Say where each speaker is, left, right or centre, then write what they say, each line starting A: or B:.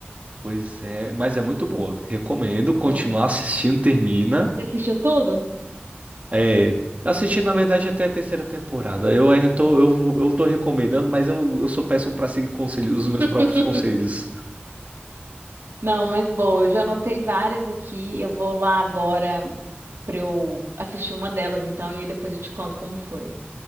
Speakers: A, on the right; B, on the right.
A: Pois é, mas é muito boa. Recomendo continuar
B: né?
A: assistindo, termina.
B: Você assistiu tudo?
A: É, assisti na verdade até a terceira temporada. Eu ainda tô, eu, eu tô recomendando, mas eu, eu sou péssimo pra seguir conselhos, os meus
B: <laughs>
A: próprios conselhos.
B: Não, mas boa, eu já anotei várias aqui. Eu vou lá agora pra eu assistir uma delas, então, e aí depois eu te conto como foi.